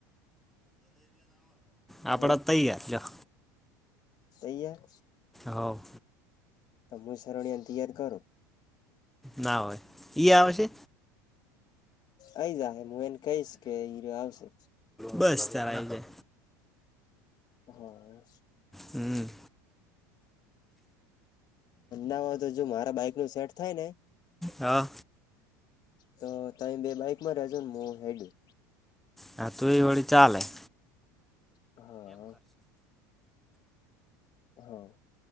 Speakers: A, in the centre; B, on the left.
A: <inaudible> આપડા
B: હે
A: તૈયાર
B: તૈયાર
A: હવ
B: તમું સરળિયા તૈયાર કરો
A: ના હોય ઈ આવેશે
B: અહી જ હું એને કહીશ કે અહીં આવશે
A: બસ તાર આઈ જાય
B: હા હ
A: હમ
B: ના હો તો જો મારા બાઈક નું સેટ થાય ને
A: હા
B: તો તમે બે બાઈકમાં જજો ને હું હેડું
A: હા તું એ વળી ચાલેે
B: હા હા